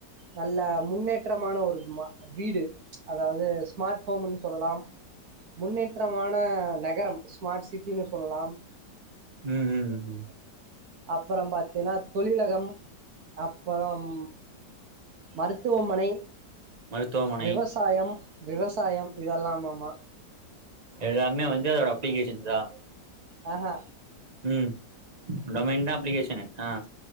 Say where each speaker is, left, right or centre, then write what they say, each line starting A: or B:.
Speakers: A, on the right (about 60°); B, on the right (about 25°).
A: நல்ல முன்னேற்றமான ஒரு மா வீடு அதாவது ஸ்மார்ட் ஹோம்னு சொல்லலாம் முன்னேற்றமா அ நகரம் ஸ்மார்ட் சிட் ன்னு சொல்லலாம்
B: ம் ம் ம்
A: அப்பறம் பாத்தீன்னா தொழிலகம் அப்பறம் மருத்துவமனை
B: மருத்துவமனை
A: விவசாயம் விவசாயம் இதெல்லாமாமா
B: எல்லாமே வந் <unintelligible> அப்ளிகேஷன்ஸ் தா
A: ஹே ஹே
B: ம் டொமேன் தா அப்ளிகேஷ ஷனு ஆஹ